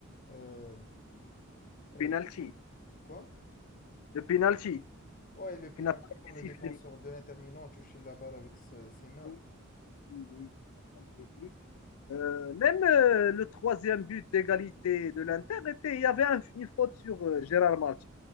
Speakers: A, on the left (about 40°); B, on the left (about 80°).
A: euh, euh,
B: Penalty.
A: quoi?
B: Le penalty
A: Ouais, le pénalty
B: qui n'a pas
A: quand
B: été
A: le
B: sifflé.
A: défenseur de l'Inter Milan a touché la balle avec sa- ses mains.
B: Oui, oui, oui. Franchement, je l'ai vu. Euh, même euh, le troisième but d'égalité de l'Inter était, il y avait un- une faute sur euh, Gérard Martin.